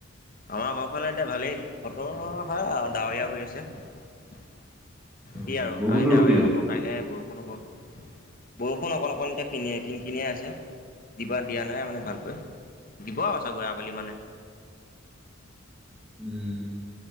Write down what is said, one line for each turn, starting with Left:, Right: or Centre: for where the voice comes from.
Left: আমাৰ ঘৰফালে এতিয়া ভালেই। বতৰ হয় আৱ ডাৱৰীয়া হৈ আছে।
Centre: অ
Left: কি আৰু
Centre: বৰষুণটো
Left: আজি ডাৱৰীয়া
Centre: ৰখিলে
Left: হব কাইলে বৰষুণ হব। বৰষুণ অকণ অকণতে কিনিয় কিন কিনিয়ে আছে। দিবা দিয়া নাই মানে ভালকৈ। দিব আৰু চাগৈ আবেলি মানে।
Centre: <inaudible> উম।